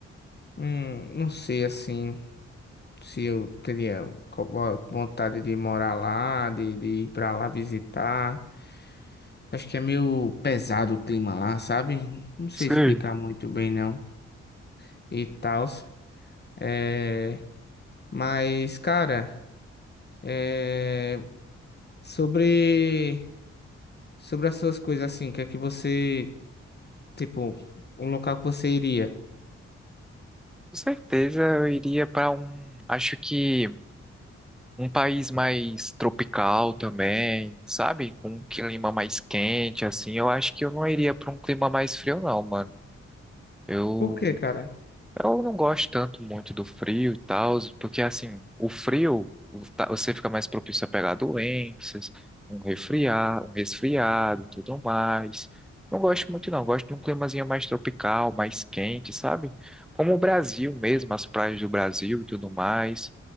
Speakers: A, on the left; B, in the centre.
A: Hum, não sei assim. se eu teria co- vo- vontade de morar lá, de, de ir pra lá visitar. Acho que é meio pesado o clima lá, sabe? Não sei
B: Sim.
A: explicar muito bem não e tal. é. mas, cara, é, sobre sobre as suas coisas assim, o que é que você, tipo, um local que você iria?
B: Com certeza eu iria para um, acho que um país mais tropical também, sabe? Com um clima mais quente, assim. Eu acho que eu não iria para um clima mais frio, não, mano. Eu
A: Por quê, cara?
B: eu não gosto tanto muito do frio e tal, porque assim, o frio o- tá- você fica mais propício a pegar doenças, um resfriar, um resfriado, tudo mais. Não gosto muito não, gosto de um climazinho mais tropical, mais quente, sabe? Como o Brasil mesmo, as praias do Brasil e tudo mais.